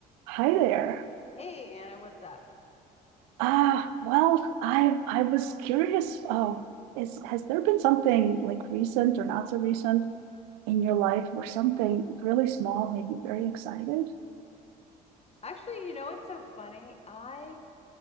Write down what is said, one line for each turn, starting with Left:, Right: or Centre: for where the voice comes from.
Right: Hi there.
Left: Hey Anna, what's up?
Right: Uh, well, I I was curious, oh, is has there been something like recent or not so recent in your life where something really small made you very excited?
Left: Actually, you know what's so funny? I